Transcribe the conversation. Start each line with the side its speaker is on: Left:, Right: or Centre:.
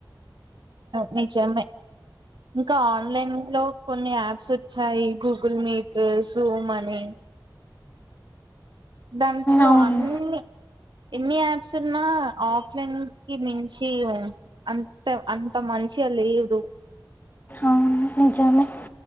Right: నచ అమ్మ ఇంకా ఆన్లైన్ లో కొన్ని యాప్స్ వచ్చాయి గూగుల్ మీట్ జూ మనీ దాంట్లో
Left: అవును
Right: అన్నిీ ఎన్ని యాప్స్ ఉన్నా ఆఫ్లైన్ కి మించి అంత అంత మంది మనిషి అల్ ఇదు
Left: అవును నిజమే